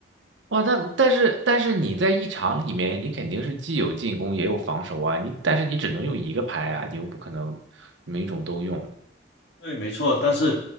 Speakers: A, on the right; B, on the left.
A: 哇，但但是但是你在一场里面，你肯定是既有进攻也有防守啊，你但是你只能用一个拍啊，你又不可能每种都用。
B: 对，没错，但是